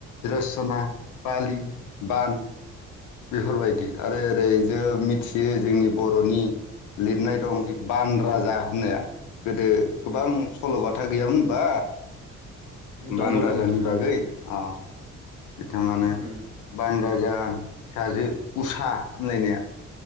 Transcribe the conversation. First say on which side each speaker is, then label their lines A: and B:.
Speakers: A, on the left; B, on the left.
A: रसना पालि बान बेफोरबायदि आरो ओरै जों मिथियो जोंनि बरनि लिरनाय दं बान राजा होननाया गोदो गोबां सलबाथा गैयामोनबा
B: दङ
A: बान
B: दङ
A: राजानि
B: नोंथां
A: बागै
B: दङ
A: अ बिथाङानो
B: उम
A: बान राजा फिसाजो उसा होनलायनाया